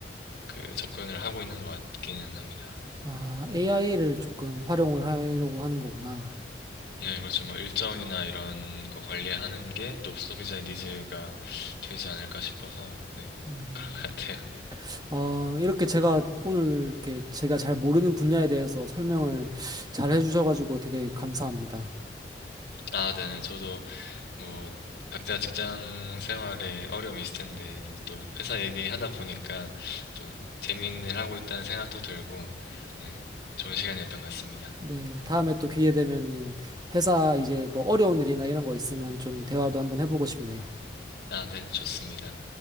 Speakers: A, on the left; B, on the right.
A: 그 접근을 하고 있는 것 같기는 합니다.
B: 아, AI를 조금 활용을 하려고 하는 거구나.
A: 네, 그렇죠. 뭐 일정이나 이런 거 관리하는 게 또 소비자의 니즈가 되지 않을까 싶어서 네,
B: 음,
A: 그런 것 같아요.
B: 어, 이렇게 제가 오늘 이렇게 제가 잘 모르는 분야에 대해서 설명을 잘 해주셔가지고 되게 감사합니다.
A: 아, 네네. 저도 뭐 각자 직장 생활에 어려움이 있을 텐데 이제 또 회사 얘기하다 보니까 또 재미있는 일 하고 있다는 생각도 들고 네 좋은 시간이었던 것 같습니다.
B: 네, 다음에 또 기회 되면은 회사 이제 뭐 어려운 일이나 이런 거 있으면 좀 대화도 한번 해보고 싶네요.
A: 아, 네, 좋습니다.